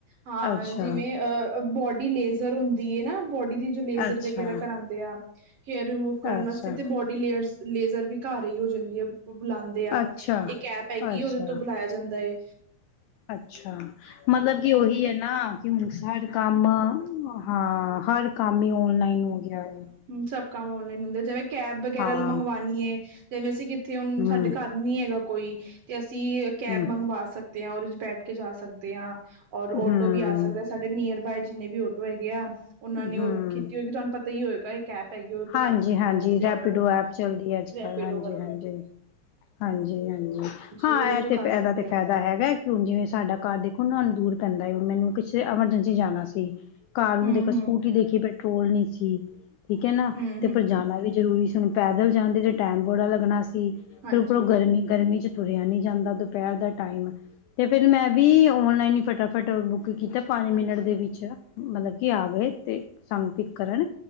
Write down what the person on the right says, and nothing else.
ਹਾਂ
ਜਿਵੇਂ ਅ ਬੋਡੀ ਲੇਜ਼ਰ ਹੁੰਦੀ ਹੈ ਨਾ, ਬੋਡੀ ਦੀ ਜੋ ਲੇਜਰ
ਵਗੈਰਾ ਕਰਾਉਂਦੇ ਆ। ਹੇਅਰ ਰਿਮੂਵ ਕਰਨ
ਵਾਸਤੇ ਤੇ ਬੋਡੀ ਲੇਅਰ ਲੇਜਰ ਵੀ ਘਰ ਹੀ ਹੋ ਜਾਂਦੀ ਆ ਬੁਲਾ। ਤੇ ਆ,
ਇੱਕ ਐਪ ਹੈਗੀ,
ਉਹਦੇ ਤੋਂ ਬੁਲਾਇਆ ਜਾਂਦਾ ਏ।
ਹ ਸਭ ਕੰਮ ਔਨਲਾਈਨ ਹੁੰਦੇ, ਜਿਵੇਂ ਕੈਬ ਵਗੈਰਾ
ਮੰਗਵਾਉਣੀਏ, ਜਿਵੇਂ ਅਸੀਂ ਕਿੱਥੇ ਹੁਣ
ਸਾਡੇ ਘਰ ਨੀ ਹੈਗਾ ਕੋਈ, ਤੇ ਅਸੀਂ ਕੈਬ
ਮੰਗਵਾ ਸਕਦੇ ਹਾਂ, ਉਹਦੇ 'ਚ ਬੈਠ ਕੇ ਜਾ ਸਕਦੇ ਹਾਂ। ਔਰ ਓਟੋ
ਵੀ ਆ ਸਕਦਾ, ਸਾਡੇ ਨੀਅਰ ਬਾਏ ਜਿੰਨੇ ਵੀ ਆਟੋ ਹੈਗੇ ਆ, ਉਹਨਾਂ ਨੇ
ਉਹ ਕੀਤੀ ਹੋਏਗੀ ਤੁਹਾਨੂੰ ਪਤਾ ਤਾਂ ਹੀ ਹੋਏਗਾ। ਕੈਪ ਹੈਗੀ ਉਹਦੇ ਤੋਂ
ਕਰ ਸਕਦੇ
ਹਾਂ ਅਸੀਂ
ਔਡਰ
ਰੈਪੀਡੋ
ਵਾਲੀ
ਉਹਦੇ
ਤੋਂ
ਕਰ
ਸਕਦੇ
ਹਾਂ
ਹਮ
ਹਮ
ਹਮ
ਹਮ
ਹਾਂਜੀ
ਹਾਂਜੀ।